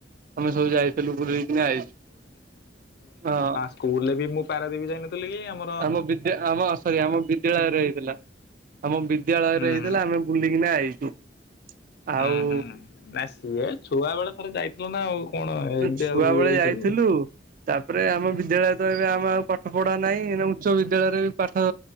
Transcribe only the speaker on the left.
ସ୍କୁଲ୍ ରେ ବି ମୁଁ ପାରାଦୀପ ଯାଇନଥିଲି କି ଆମ
ହୁଁ
ହୁଁ।
ହୁଁ ହୁଁ ନା ସିଏ ଛୁଆ ବେଳେ ଥରେ ଯାଇଥିଲ ନା, ଆଉ କଣ ଏବେ
ଆଉ
ଯାଇଚ
କି?